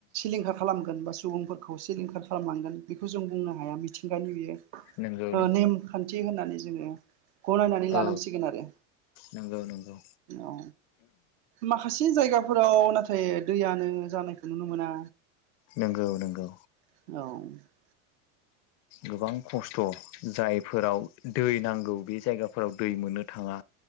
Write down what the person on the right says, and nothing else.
सिलिंखार खालामगोन बा सुबुंफोरखौ सिलिंखार खालामनांगोन बेखौ जों बुंनो हाया मिथिंगानि बियो।
नेमखान्थि होननानै जोङो गनायनानै लानांसिगोन
आरो
औ माखासे जायगाफोराव नाथाय दैयानो जानायखौ नुनो मोना।
औ